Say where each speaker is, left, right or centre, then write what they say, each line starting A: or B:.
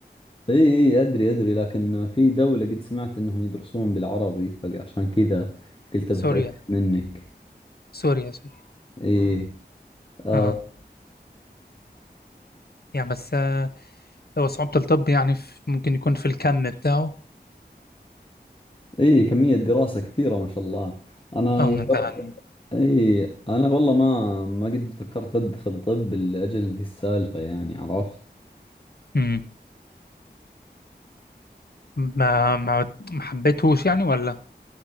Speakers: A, on the left; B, on the left.
A: أي أي أدري أدري لكن في دولة قد سمعت أنهم يدرسون بالعربي فعشان كذا
B: <laughs>
A: قلت بتأكد
B: سوريا
A: منك
B: سوريا سوريا
A: أي آه،
B: اه يعني بس هو صعوبة الطب يعني في- ممكن يكون في الكم بتاعه
A: اي كمية دراسة كثيرة ما شاء الله انا
B: اه انت
A: ترى-
B: يعني
A: اي انا والله ما ما قد فكرت ادخل طب لاجل ذي السالفة يعني عرفت
B: امم ما ما ما حبيتهوش يعني ولا